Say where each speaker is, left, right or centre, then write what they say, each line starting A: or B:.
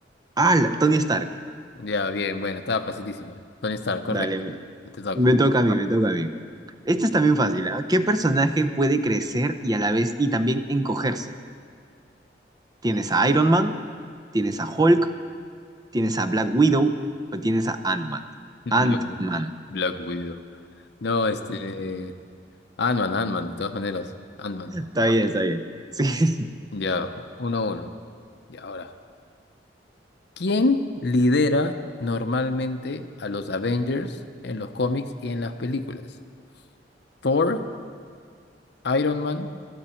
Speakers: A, on the right; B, on the left.
A: Ah, la- Tony Stark.
B: Ya, bien, bueno, estaba facilísima. Tony Stark, correcto.
A: Dale, me,
B: Te toca.
A: me toca a mí, me toca a mí. Este es también fácil, ¿ah? ¿Qué personaje puede crecer y a la vez y también encogerse? ¿Tienes a Iron Man? ¿Tienes a Hulk? ¿Tienes a Black Widow? ¿O tienes a Ant-Man?
B: Black,
A: Ant-Man.
B: Black Widow. No, este. Ant-Man, Ant-Man, de todas maneras. Ant-Man.
A: Está bien, está bien. Sí.
B: Ya, uno a uno. Y ahora. ¿Quién lidera normalmente a los Avengers en los cómics y en las películas? ¿Thor, Iron Man,